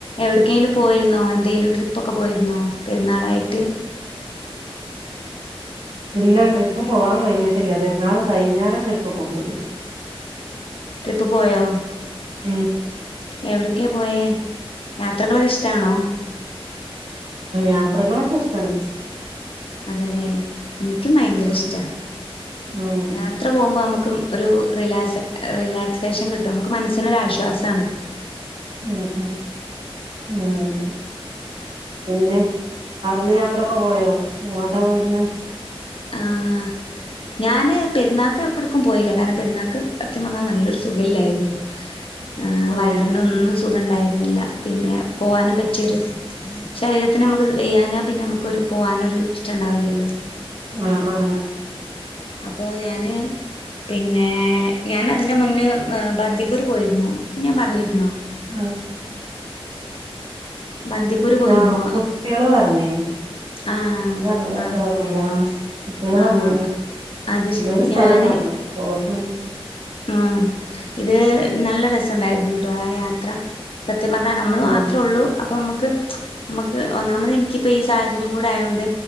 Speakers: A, on the left; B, on the right.
A: എവിട്ക്കേലും പോയിര്ന്നോ എന്തേലും ട്രി ഇപ്പൊക്കെ പോയിരുന്ന പെരുന്നാളായി ട്ട്
B: ഇല്ല ട്രിപ്പ് പോവാൻ കഴിഞ്ഞിട്ടില്ല പെരുന്നാള് കഴിഞ്ഞാരെ ട്രിപ്പാെക്കെ പോയി
A: ട്രിപ്പ് പോയോ
B: ഉം
A: എവിട്ക്കേ പോയേ യാത്രകളൊക്കെ ഇഷ്ടാണോ
B: യാത്രകളൊക്കെഷ്ട്ടാണ്
A: അതേ ലെ ൻക്കും ഭയങ്കര
B: ഉം
A: ഇഷ്ടാ
B: ഉം
A: യാത്ര പോകുമ്പോ നമുക്കും ഒരു റിലാക്സ് എ റിലാക്സേഷൻ കിട്ടും മ്മക്ക് മനസിനൊരാശ്വാസാണ്
B: ഉ ഉ ഉമ് പിന്നെ അവ്ട്ന്ന് യാത്രോ പോയോ അങ്ങോട്ട പോയിരുന്നെ
A: ആഹ് ഞാന് പെരുന്നാക്ക് എപ്പടക്കും പോയില്ല കാരണം പെരുന്നാക്ക് അത്യം പറഞ്ഞാ നല്ലൊരു സുഖല്യാരൂന്നു ആഹ്‌
B: ഉം
A: വയറിനൊന്നും സുഖണ്ടായ് ഇല്ല പിന്നെ പോവാനും പറ്റിയൊരു ശരീരത്തിന് നമുക്ക് വയ്യാഞ്ഞാ പിന്നെ നമുക്ക് ഒരു പോവാനൊരു ഇഷ്ടം ഉണ്ടാവില്ലല്ലോ
B: ആഹ് ആഹ്‌
A: പ്പോ ഞാന് പിന്നെ ഏഹ് ഞാൻഅതിൻ്റെ മുന്ന് ബന്തിപൂര് പോയിരുന്നു ഞാൻ പറഞ്ഞിരുന്നോ
B: ആഹ
A: ബന്ദിപ്പൂര്
B: ങ്ങാവു
A: പോയിരുന്നു
B: കുട്ടിയേള് പറഞ്
A: ആഹ്
B: നി പറഞ്ഞതായിട്ട്
A: ആഹ്
B: ഓർമ്മല്ല ആഹ്‌ കുട്ടേള്
A: ആഹ്
B: പറഞ്ഞിന്
A: അത്
B: എന്തോരുസ്ഥലം
A: ശരി ഞാന്
B: പറഞ് ഓർമ
A: ആഹ് ഇത് നല്ല രസണ്ടായിരുന്നു ട്ടോ ആ യാത്ര സത്യം പറഞ്ഞാ നമ്മള്
B: ആഹ്
A: മാത്രോള്ളൂ അപ്പംനമ്മ ക്ക്‌ ച്ച നമുക്ക് ഒന്നാമത് എനി ഇപ്പ സാഹചര്യം ന്നുംകൂടായൊണ്ട്